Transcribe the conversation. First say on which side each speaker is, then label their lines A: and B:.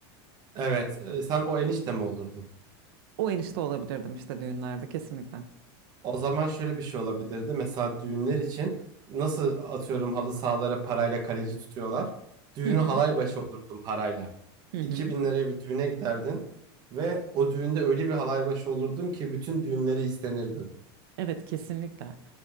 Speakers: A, on the right; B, on the right.
A: Evet e, sen o enişte mi olurdun?
B: O enişte olabilirdim işte düğünlerde kesinlikle.
A: O zaman şöyle bir şey olabilirdi. Mesela düğünler için nasıl atıyorum halı sahalara parayla kaleci tutuyorlar. Düğünü
B: Hı hı.
A: halay başı olurdun parayla.
B: Hı
A: 2000
B: hı.
A: liraya bir düğüne giderdin ve o düğünde öyle bir halay başı olurdun ki bütün düğünleri istenirdin.
B: Evet kesinlikle